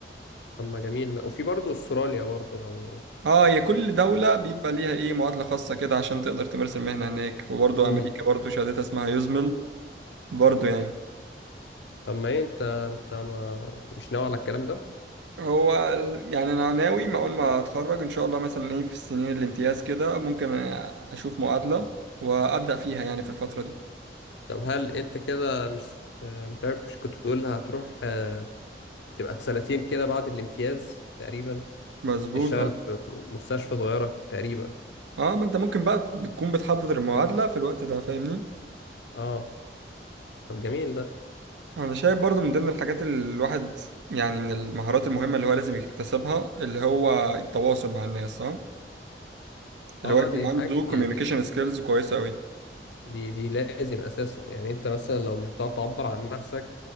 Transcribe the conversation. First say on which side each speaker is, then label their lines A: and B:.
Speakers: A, on the left (about 80°); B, on the right (about 85°).
A: طب ما جميل لا وفي برضه استراليا برضه لو
B: اه هي كل دولة بيبقى ليها ايه معادلة خاصة كده عشان تقدر تمارس المهنة هناك وبرضو
A: امم
B: امريكا برضو شهادتها اسمها يوزمل برضو يعني
A: طب ما ايه انت انت ما مش ناوي على الكلام ده
B: هو ال- يعني انا ناوي ما اول ما اتخرج ان شاء الله مثلا ايه في السنين الامتياز كده ممكن اشوف معادلة وابدا فيها يعني في الفترة دي
A: طب هل انت كده مش آه، مش عارف مش كنت بتقول هتروح آه، تبقى سنتين كده بعد الامتياز تقريبا
B: مظبوط
A: تشتغل
B: اه
A: في مستشفى صغيرة تقريبا
B: اه ما انت ممكن بقى بتكون بتحضر المعادلة في الوقت ده فاهمني
A: اه طب جميل ده
B: انا شايف برضو من ضمن الحاجات اللي الواحد يعني من المهارات المهمة اللي هو لازم يكتسبها اللي هو التواصل مع الناس اه اللي
A: اه
B: هو يكون
A: دي
B: عنده
A: حاجة دي
B: communication
A: دي
B: skills كويسة قوي
A: دي, دي لازم اساسا يعني انت مثلا لو مش بتعرف تعبر عن نفسك